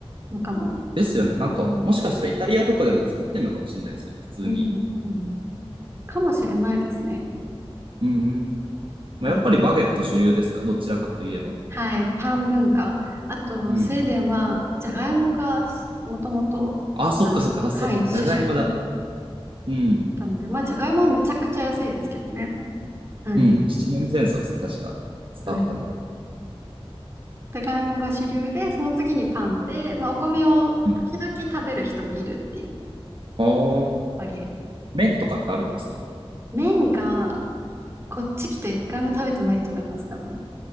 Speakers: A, on the right (about 25°); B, on the right (about 55°).
A: のかも。
B: ですよね。なんか、
A: うん、
B: もしかしたらイタリアとかでも作ってんのかもしれないですよね。普通に。
A: うん、うん。かもしれないですね。
B: うんうん。まあ、
A: はい。
B: やっぱりバゲット主流ですかどちらかといえば。
A: はい。パン文化。あと、
B: うん。
A: スウェーデンは、じゃがいもがもともと、
B: あ、そっかそっか。
A: あの、
B: あ、
A: はい、
B: そうだ。
A: 主食
B: じゃがいもだ。うん。
A: なので、まあ、じゃがいもはめちゃくちゃ安いですけどね。はい。
B: うん。七年戦争ですね。確か。
A: はい。
B: 伝わったのが。
A: じゃがいもが主流で、その次にパンで、まあ、お米を時々食べる人もいるっていう
B: うん。ああ。
A: 割合で。
B: 麺とかってあるんですか
A: 麺が、こっち来て一回も食べてないと思います、多分。